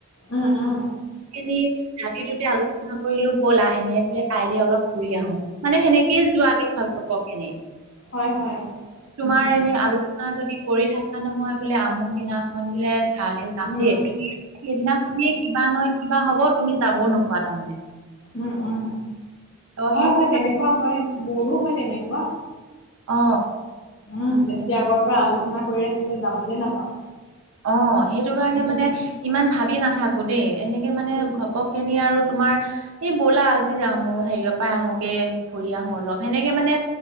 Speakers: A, on the left; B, on the right.
A: উম উম।
B: এনে ৰাতিটোতে আলোচনা কৰিলো ব'লা এনেই বোলে কাইলে অলপ ঘুৰি আহো। মানে সেনেকেই যোৱাকে হয় ঘপকেনে।
A: হয় হয়
B: তোমাৰ
A: উম উম
B: এনে আলো চনা যদি কৰি থকা নহয় বোলে আমুক দিনাখন বোলে তালে যাম
A: উম
B: দেই, তুমি সেইদিনাখনেই কিবা নহয় কিবা হ'ব তুমি যাব নোপোৱা তাৰমানে।
A: উম উম,
B: ত
A: হয়
B: সেইটো
A: হয়,
B: কাৰ-
A: তেনেকুৱা হয়, মোৰো হয় তেনেকুৱা।
B: অ।
A: উম বেছি আগৰ পৰা আলোচনা কৰি ৰাখিলে যাবলে নাপাওঁ।
B: অ সেইটো কাৰণে
A: উম
B: মানে ইমান ভাবি নাথাকোঁ দেই এনেকে মানে
A: উম
B: ঘপক কে নিয়ে আৰু তোমাৰ এই ব'লা আজি যাম মোৰ হেৰিয়ৰ পৰাই আহোগে, ফুৰি আহো অলপ সেনেকে মানে